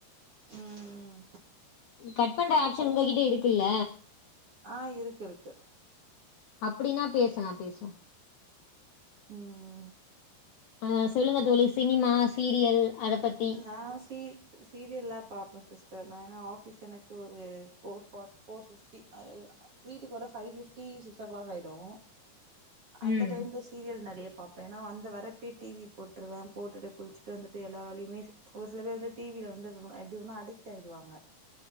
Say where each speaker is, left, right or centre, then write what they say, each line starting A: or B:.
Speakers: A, on the right; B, on the left.
A: ம்
B: கட் பண்ற ஆப் சன் உங்க கிட்ட இருக்கு இல்ல
A: ஆ இருக்கு இருக்கு
B: அப்படின்னா பேசலாம் பேசும்
A: ம்
B: அ சொல்லுங்க தோழி சினிமா சீரியல் அத பத்தி
A: ஆ சீ இது சீரியல்லா பாப்ப சிஸ்டர் நா ஏன்னா ஆஃபீஸ் எனக்கு ஒரு ஃபோர் ஃபாட் ஃபோர் ஃபிப்டி அல் வீட்டுக்கு வர five fifty six o'clock ஆயிடும் அந்த
B: ம்
A: டைம்ல சீரியல் நெறைய பாப்பே ஏனா வந்த வரப்பே டிவி போட்ருவேன் போட்டுட்டு குள்சிட்டு வந்துட்டு எல்லா வேலையு வேசிப்ஸ் ஒரு சில பேர் வந்து டி வி ல வந்து எப்டியோன்னா அடிக்ட் ஆயிடுவாங்க